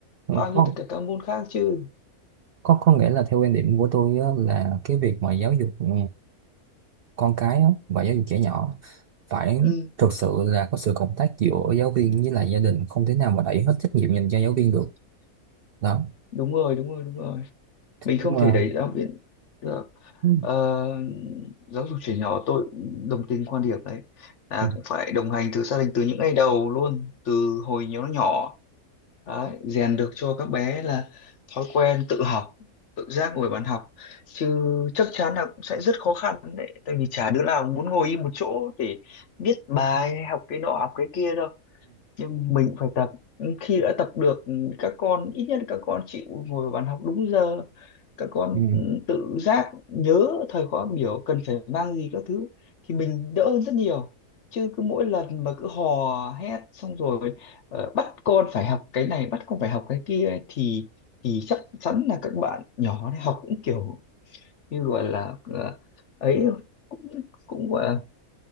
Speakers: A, on the right; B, on the left.
A: Ừ,
B: bao
A: có
B: nhiêu tất cả các môn khác chứ
A: có có nghĩa là theo quan điểm của tôi á, là cái việc mà giáo dục ừ, con cái á, và giáo dục trẻ nhỏ phải
B: ừ
A: thực sự là có sự cộng tác giữa giáo viên với lại gia đình không thể nào mà đẩy hết trách nhiệm dành cho giáo viên được đó
B: đúng rồi đúng rồi đúng rồi mình không
A: đúng
B: thể
A: không
B: đẩy giáo viên được
A: ừ.
B: Ờ, giáo dục trẻ nhỏ tôi cũng đồng tình quan điểm đấy là
A: Ừ.
B: cũng phải đồng hành từ gia đình từ những ngày đầu luôn từ hồi nhỏ nó nhỏ đấy, rèn được cho các bé là thói quen tự học tự giác ngồi bàn học chứ chắc chắn là cũng sẽ rất khó khăn đấy tại vì chả đứa nào muốn ngồi im một chỗ để viết bài học cái nọ học cái kia đâu nhưng mình cũng phải tập khi đã tập được ừ, các con ít nhất là các con chịu ngồi vào bàn học đúng giờ các con
A: Ừ.
B: ừ, tự giác nhớ thời khóa biểu cần phải mang gì các thứ thì mình đỡ hơn rất nhiều chứ cứ mỗi lần mà cứ hò hét xong rồi ờ, bắt con phải học cái này bắt con phải học cái kia ấy, thì thì chắc chắn là các bạn nhỏ này học cũng kiểu như gọi là ờ, ấy thôi cũng cũng gọi là